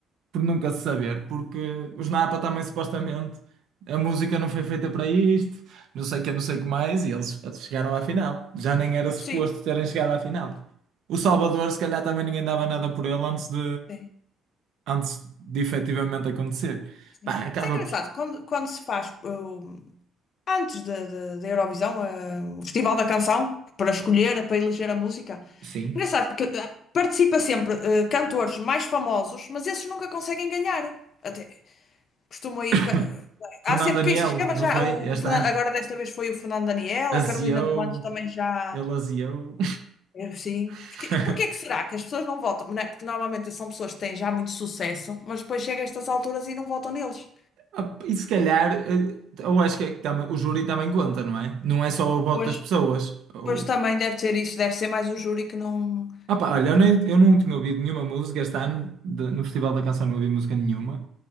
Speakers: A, on the right; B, on the left.
A: por nunca se saber, porque os Napa também supostamente a música não foi feita para isto, não sei o que, não sei o que mais, e eles chegaram à final. Já nem era suposto
B: Sim,
A: terem chegado à final. O Salvador,
B: é verdade.
A: se calhar, também ninguém dava nada por ele antes de,
B: Sim,
A: antes de efetivamente acontecer.
B: sim.
A: Pá, acaba
B: Isso é engraçado.
A: por.
B: Quando, quando se faz uh, antes da da- da Eurovisão, uh, o Festival da Canção, para escolher, para eleger a música,
A: Sim.
B: engraçado que uh, participa sempre uh, cantores mais famosos, mas esses nunca conseguem ganhar. Até, Costuma ir.
A: <coughs>
B: ca-
A: Fernando
B: Há sempre
A: Daniel,
B: quem se escreva já.
A: não foi?
B: O
A: Este
B: Fernando,
A: ano.
B: agora desta vez foi o Fernando Daniel,
A: Aziou,
B: a Carolina de também já.
A: ele aziou.
B: é, Sim.
A: <laughs>
B: Porque, porque é que será que as pessoas não votam? Não é? Porque normalmente são pessoas que têm já muito sucesso, mas depois chega a estas alturas e não votam neles.
A: Ah, E se calhar, eh, eu acho que é que também- o júri também conta, não é? Não é só o voto
B: Pois.
A: das pessoas. Ou...
B: Pois também deve ser isso, deve ser mais o júri que não.
A: Ah pá, olha, eu, nem, eu não tinha ouvido nenhuma música este ano, de- no Festival da Canção não ouvi música nenhuma.